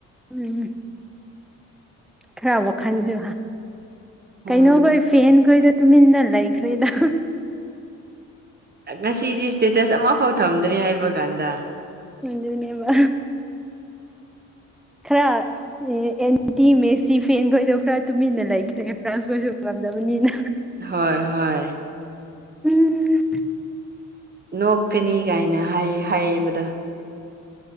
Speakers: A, in the centre; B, on the right.
A: ꯎꯝ ꯈꯔ ꯋꯥꯈꯟꯁꯨ
B: ꯎꯝ
A: ꯀꯩꯅꯣꯈꯣꯏ ꯐꯦꯟꯈꯣꯏꯗ ꯇꯨꯃꯤꯟꯅ ꯂꯩ ꯐꯔꯤꯗ
B: ꯉꯁꯤꯗꯤ ꯏꯁꯇꯦꯇꯁ ꯑꯃꯐꯥꯎ ꯊꯝꯗ꯭ꯔꯦ ꯍꯥꯏꯕ ꯀꯥꯟꯗ
A: ꯍꯗꯨꯅꯦꯕ ꯈꯔ ꯑꯦ ꯑꯦꯟꯇꯤ ꯃꯦꯁꯤ ꯐꯦꯟꯈꯣꯏꯗꯣ ꯈꯔ ꯇꯨꯃꯤꯟꯅ ꯂꯩꯈ꯭ꯔꯦ ꯑꯦ ꯐ꯭ꯔꯥꯟꯁ ꯈꯣꯏꯁꯨ ꯉꯝꯗꯕꯅꯤꯅ
B: ꯍꯣꯏ ꯍꯣꯏ
A: ꯎꯝ
B: ꯅꯣꯛꯞꯀꯅꯤ ꯀꯥꯏꯅ ꯍꯥꯏ ꯍꯥꯏꯌꯦꯕꯗ